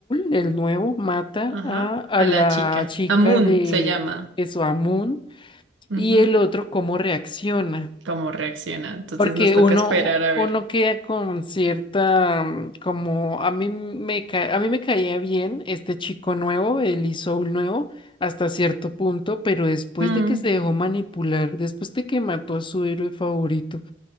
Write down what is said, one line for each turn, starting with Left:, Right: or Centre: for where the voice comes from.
Left: el nuevo, mata
Right: Ajá,
Left: a, a
Right: a
Left: la
Right: la chica.
Left: chica
Right: Amun
Left: de
Right: se llama.
Left: Esoamun
Right: Ujú,
Left: y el otro cómo reacciona.
Right: ¿Cómo reacciona? Entonces
Left: Porque
Right: nos toca
Left: uno,
Right: esperar a ver.
Left: uno queda con cierta, mm, como a mí me ca- a mí me caía bien este chico nuevo, el Isoul nuevo, hasta cierto punto, pero después
Right: Mm,
Left: de que se dejó manipular, después de que mató a su héroe favorito,